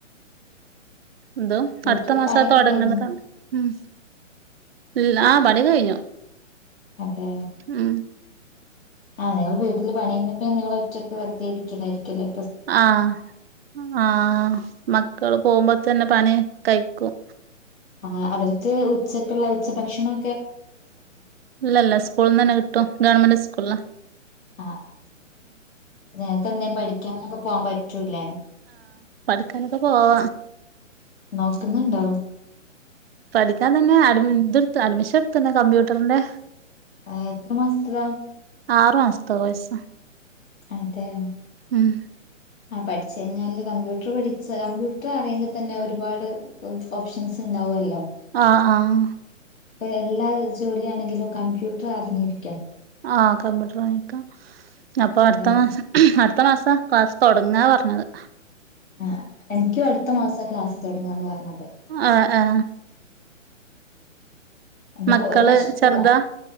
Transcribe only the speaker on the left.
വീട്ടില്
പണിയൊക്കെ
കഴിഞ്ഞോ
അതെയൊ
ആഹ് ഇങ്ങള് വീട്ടില് പണി കയ്ഞാ പിന്നെ നിങ്ങളൊറ്റയ്ക്ക് വെറുതെ ഇരിക്കലായിരിക്കല്ലെ
ആ അവർക്ക് ഉച്ചക്ക്ള്ള ഉച്ചഭക്ഷണൊ
ആ അ നിനക്ക് എന്തേം പഠിക്കാനൊക്കെ പോവാൻ പറ്റൂല്ലേ
നോക്ന്നുണ്ടോ
അ എത്ര മാസത്തതാ
അതെയോ
ആ പഠിച്ചു കഴിഞ്ഞാല് കമ്പ്യൂട്ടർ പഠിച്ച കമ്പ്യൂട്ടർ അറ്യെങ്കി തന്നെ ഒരുപാട് ഓപ്ഷൻസ് ഉണ്ടാവുവല്ലോ
ഇപ്പ എല്ലാ ജോലിയാണെങ്കിലും കമ്പ്യൂട്ടർ അറിഞ്ഞിരി
അതെ
ആ എനിക്കും അടുത്ത മാസ ക്ലാസ് തുടങ്ങാന്ന് പറഞ്ഞത്
എന്റെറെ
ഒരു വർഷത്തതാ